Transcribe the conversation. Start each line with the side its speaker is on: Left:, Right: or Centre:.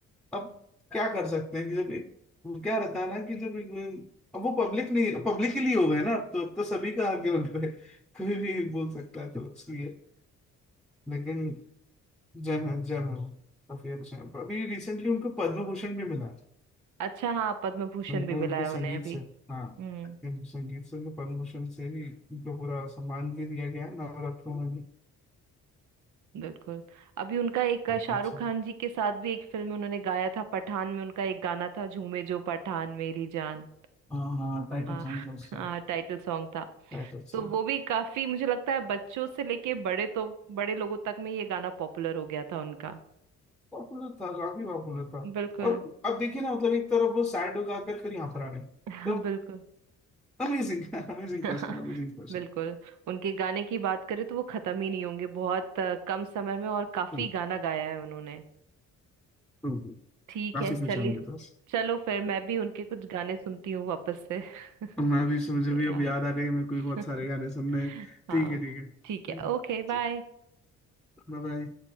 Centre: अब क्या कर सकते हैं कि जब एक वो क्या रहता है ना कि जब एक, अब वो पब्लिक नहीं पब्लिक के लिए हो गए ना अब तो अब तो सभी का हक है उन पे कोई भी बोल सकता है तो इसलिए लेकिन जय है जय है वो काफी अच्छे हैं अभी रिसेंटली उनको पद्म भूषण भी मिला है,
Right: अच्छा हाँ पद्म भूषण
Centre: उनको
Right: भी मिला
Centre: उनके
Right: है
Centre: संगीत
Right: उन्हें अभी
Centre: से हाँ
Right: हम्म
Centre: उनके संगीत से उनको पद्म भूषण से भी उनको पूरा सम्मान भी दिया गया है नवरत्नों में भी
Right: बिल्कुल अभी उनका एक
Centre: काफी
Right: अ, शाहरुख
Centre: अच्छे
Right: खान जी के साथ भी एक फिल्म में उन्होंने गाया था पठान में उनका एक गाना था झूमे जो पठान मेरी जान
Centre: हाँ टाइटल
Right: हाँ
Centre: सॉन्ग
Right: <laughs>
Centre: था उसका
Right: हाँ टाइटल सॉन्ग <laughs> था
Centre: टाइटल
Right: तो
Centre: सॉन्ग
Right: वो भी काफी मुझे लगता है बच्चों से लेके बड़े तो बड़े लोगों तक में ये गाना पॉपुलर हो गया था उनका
Centre: पॉपुलर था काफी पॉपुलर था
Right: बिल्कुल
Centre: और अब देखिए ना मतलब एक तरफ वो सैड हो जाकर फिर यहाँ पर आ गए
Right: हाँ
Centre: तो
Right: बिल्कुल
Centre: amazing amazing
Right: <laughs>
Centre: person amazing person
Right: बिल्कुल उनके गाने की बात करें तो वो खत्म ही नहीं होंगे बहुत अ, कम समय में और काफी
Centre: True
Right: गाना गाया है उन्होंने
Centre: true true
Right: ठीक
Centre: काफी
Right: है
Centre: कुछ
Right: चलिए
Centre: है उनके पास
Right: चलो फिर मैं भी उनके कुछ गाने सुनती हूँ वापस से <laughs>
Centre: और मैं भी मुझे भी अब
Right: यार
Centre: याद आ गई मेरे को भी बहुत
Right: <laughs>
Centre: सारे गाने सुनने हैं।
Right: हाँ
Centre: ठीक है ठीक है थैंक
Right: ठीक है ओके बाय
Centre: यू, बाय बाय।